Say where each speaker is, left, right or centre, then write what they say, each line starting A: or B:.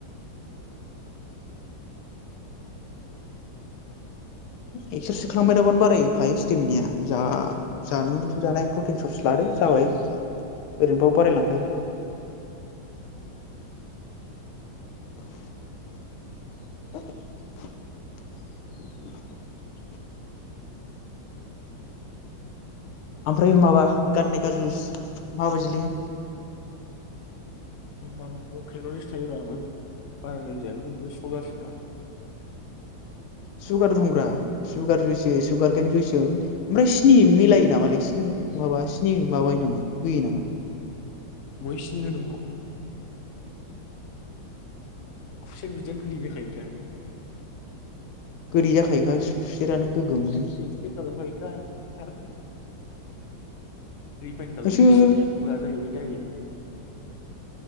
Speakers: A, on the left; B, on the left.
A: एक्सारसाइस खालामबाय थाबानो बारायखायो स्टेमिनिया जा जानानैथ' जानाय प्रटिन सर्स लादो जाबाय ओरैनोबाबो बारायलांखायो। <unintelligible> <inaudible> <inaudible> ओमफ्राय माबा गान्ने का जुस माबायदिलै?
B: हा माबा बियाव खेल'रिस थायोब्रा ओमफ्राय बारा लोंजायालै बे बचसतुवा गारजिना।
A: सुगार दंब्रा सुगार जुइसो सुगारकेन जुइससो। ओमफ्राय सिनि मिलायो नामालोय सि माबा स्नि माबायो नामा होयो नामा?
B: अबेहा सिनि होनांगौ? खुसेर बिदैयानो गोदै जाखायो दा।
A: गोदै जाखायोखा खुसेरानो गोगोमनो।
B: गोदै खालामखायोखा <unintelligible> रिफाइन खालामनाय
A: सोर
B: सिनिया गुरा जाहैबाय दाइरेक्ट।